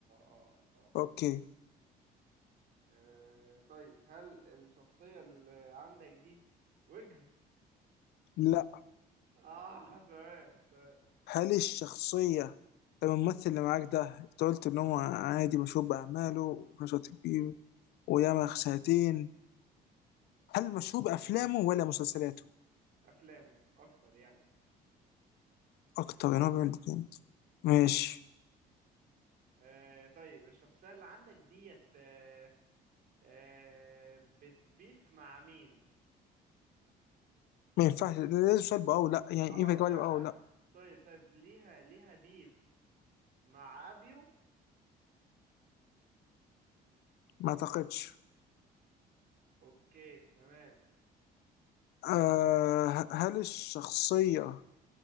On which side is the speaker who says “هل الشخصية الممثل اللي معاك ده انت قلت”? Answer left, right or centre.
Left